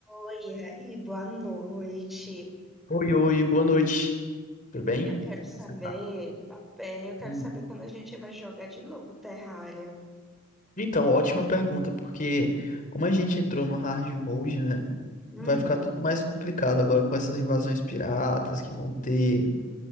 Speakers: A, in the centre; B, on the left (about 40°).
A: Oi, e aí, boa noite.
B: Oi, oi, boa noite. Tudo bem?
A: Eu quero
B: Como
A: saber,
B: Você tá?
A: tô bem, eu quero
B: Hum.
A: saber quando a gente vai jogar de novo Terraria.
B: Então, ótima pergunta, porque como a gente entrou no hard mode, né?
A: Uhum,
B: Vai ficar tudo mais complicado agora com essas invasões piratas que vão ter,